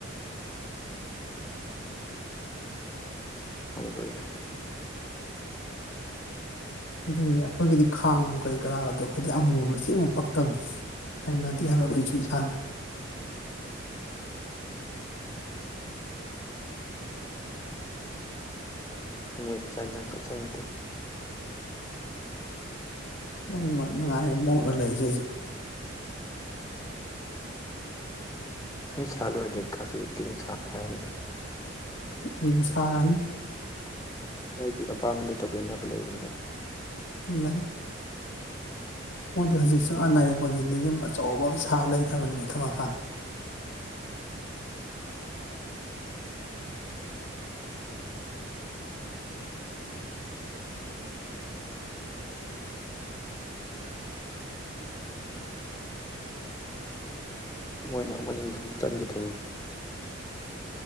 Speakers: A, on the left (about 15°); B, on the left (about 70°).
A: <unintelligible> ꯍꯪꯒꯣꯏꯗ꯫
B: <unintelligible> ꯑꯩꯈꯣꯏꯒꯤꯗꯤ ꯈꯥꯡ ꯅꯨꯡ ꯀꯔꯤ ꯀꯔꯥ ꯒꯥꯗꯣ ꯑꯈꯣꯏꯗꯤ ꯑꯃꯨꯕ ꯃꯆꯦꯠ ꯑꯃꯕꯧ ꯄꯛꯇꯕꯅꯤ ꯍꯩꯅꯗꯦ ꯍꯥꯏꯕ ꯑꯩꯈꯣꯏꯖꯨ ꯏꯁꯥꯅ꯫
A: ꯃꯣꯏꯗ ꯆꯥꯛ ꯏꯟꯖꯥꯡ ꯁꯨꯡ ꯆꯥ ꯆꯥꯅꯤꯡꯗꯦ꯫
B: ꯃꯣꯏꯃꯛ ꯃꯉꯥꯏꯔꯦ ꯃꯣꯠꯂꯒ ꯂꯩꯔꯤꯖꯦ ꯍꯧꯖꯤꯛ꯫
A: ꯅꯣꯏ ꯁꯥ ꯂꯣꯏꯔꯗꯤ <unintelligible> ꯀꯤꯁꯨ ꯁꯥꯠ ꯍꯩꯔꯅꯤꯗ꯫
B: ꯎꯝ ꯁꯥꯔꯅꯤ꯫
A: ꯃꯣꯏꯗꯤ ꯃꯄꯥꯝꯗ ꯂꯩꯇꯕꯅꯤꯅ ꯅꯛꯄꯗ ꯂꯩꯕꯅꯤꯅ
B: ꯂꯩ꯫ ꯃꯣꯏꯗꯣ ꯍꯧꯖꯤꯛꯁꯨ ꯑ ꯅꯔꯦꯟ ꯀꯣꯟꯖꯤꯟꯗ ꯌꯨꯝ ꯑꯆꯧꯕ ꯑꯃ ꯁꯥ ꯂꯩꯈꯔꯕꯅꯤ ꯃꯊꯛ ꯃꯈꯥ꯫
A: ꯃꯣꯏꯅ ꯑꯃꯨꯛ ꯃꯅꯤꯡ ꯁꯨꯝ ꯆꯪꯒꯤꯗꯣꯏꯅꯤ꯫